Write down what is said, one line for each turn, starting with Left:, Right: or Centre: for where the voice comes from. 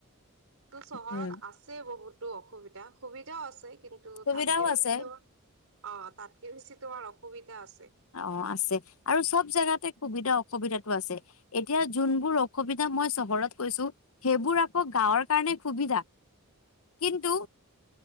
Right: ত' চহৰত
Left: উম
Right: আছেই বহুতো অসুবিধা সুবিধাও আছে কিন্তু
Left: সুবিধাও
Right: তাতকে বেছি
Left: আছে
Right: ত অ তাত কিছি তোমাৰ অসুবিধা আছে
Left: অ আছে আৰু চব জোগাতে সুবিধা অসুবিধাতটো আছে এতিয়া যোনবোৰ অসুবিধা মই চহৰত কৈছো সেইবোৰ আকৌ গাঁৱৰ কাৰণে সুবিধা কিন্তু